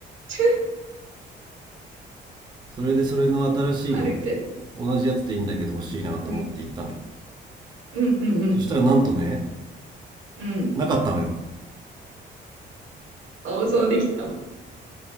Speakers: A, on the right; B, on the right.
A: ちゃ
B: それで、それの新しいの、
A: 歩いてる。
B: 同じやつでいいんだけど欲しいなと思って行ったのよ。
A: うん。うん。うん。うん。
B: そしたらなんとね、
A: うん。
B: なかったのよ。
A: あ、そうできたわ。